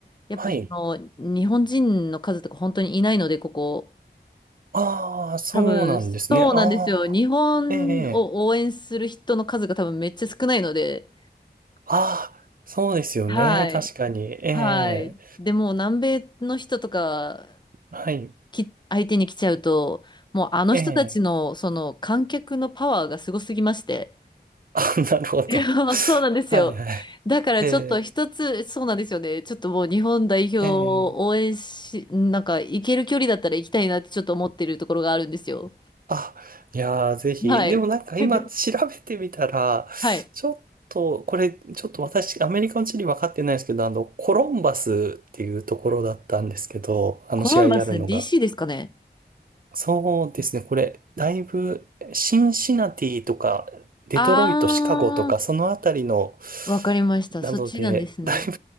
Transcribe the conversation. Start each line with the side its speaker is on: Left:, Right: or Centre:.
Left: やっぱその日本人の数とか本当にいないので、
Right: はい。
Left: ここ。
Right: ああ、そうなんですね。
Left: 多分、そうなんですよ。
Right: あ
Left: 日本を応援する人の数が多分めっちゃ少ないので、
Right: あ、ええああ、そうですよね。
Left: はい。
Right: 確かに。え
Left: はい。
Right: え
Left: でも、南米の人とか
Right: はい、
Left: き、相手に来ちゃうと、もうあの人たちの、
Right: ええ
Left: その観客のパワーがすごすぎまして。
Right: あ、なるほど。
Left: いや、そうなんですよ。
Right: はい、はい。
Left: だからちょっと一つ、
Right: ええ
Left: そうなんですよね。ちょっともう日本代表を応援し、
Right: ええ
Left: なんか行ける距離だったら行きたいなってちょっと思ってるところがあるんですよ。
Right: あ、いやー、ぜひ。
Left: はい。
Right: でもなんか今調べてみたら、
Left: <laughs> はい。
Right: ちょっと、これ、ちょっと私、アメリカの地理分かってないですけど、あの、コロンバスっていうところだったんですけど、あの試合やるのが。
Left: コロンバス DC ですかね。
Right: そうですね、これ、だいぶ、シンシナティとか、デトロイト、
Left: あ
Right: シカゴとか、そのあたりの、
Left: ー、わかりました。
Right: なので、
Left: そっちなんですね。
Right: <laughs> だいぶ、